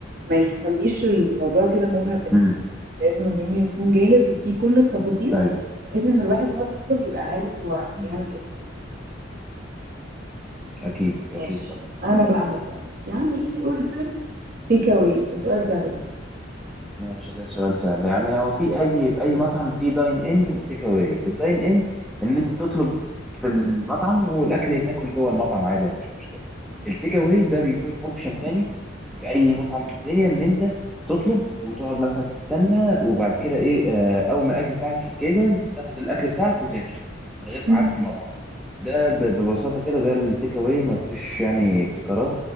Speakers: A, on the right; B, in the centre.
A: ما يخليش الموضوع كده مبهم بالنسبه
B: مم.
A: لي لازم المنيو يكون جاهز وفيه كل التفاصيل
B: ايوه
A: بحيث ان الواحد وهو بيطلب يبقى عارف هو بيعمل
B: مم.
A: ايه بالظبط
B: اكيد اكيد
A: ماشي
B: طبعا
A: انا بقى هسألك يعني ايه اوردر تيك اواي ده سؤال سهل برضه
B: ماشي ده سؤال سهل يعني هو في اي في اي مطعم في داين ان وتيك اواي الداين ان ان انت تطلب في المطعم والاكل تاكل جوه المطعم عادي مفيش مشكله التيك اواي ده بيكون اوبشن تاني في اي مطعم في الدنيا ان انت تطلب وتقعد مثلا تستنى وبعد كده ايه آه، اول ما الاكل بتاعك يجهز تاخد الاكل بتاعك وتمشي من غير
A: مم.
B: قعد في المطعم ده ب- ببساطه كده ده التيك اواي ما فيهوش يعني ابتكارات